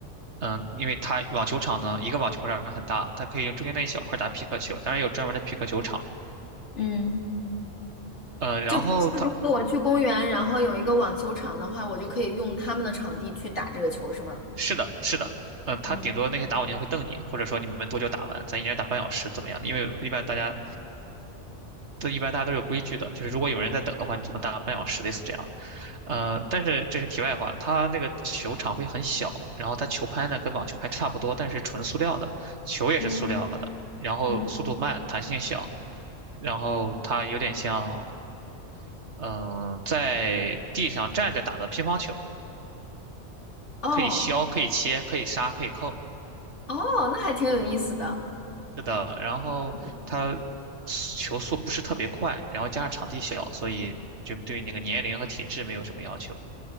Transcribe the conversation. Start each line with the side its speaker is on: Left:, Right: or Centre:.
Right: 嗯，因为它网球场呢，一个网球场很大，它可以用中间那一小块打匹克球，当然有专门的匹克球场。
Left: 嗯
Right: 嗯，呃然后他
Left: 就比如说，如果我去公园，然后有一个网球场的话，我就可以用他们的场地去打这个球，是吗？
Right: 是的，是的，嗯，他顶多那些打火机会瞪你，
Left: 嗯
Right: 或者说你们多久打完，咱一人打半小时怎么样？因为一般大家都一般大家都有规矩的，就是如果有人在等的话，你只能打半小时，类似这样的。呃，但是这是题外话，他那个球场会很小，然后他球拍呢跟网球拍差不多，但是纯塑料的，球也是塑料的，
Left: 嗯
Right: 然后速度慢，
Left: 嗯
Right: 弹性小，然后它有点像嗯呃在地上站着打的乒乓球，
Left: 哦，
Right: 可以削，可以切，可以杀，可以扣。
Left: 哦，那还挺有意思的。
Right: 是的，然后他球速不是特别快，
Left: 嗯
Right: 然后加上场地小，所以就对那个年龄和体质没有什么要求。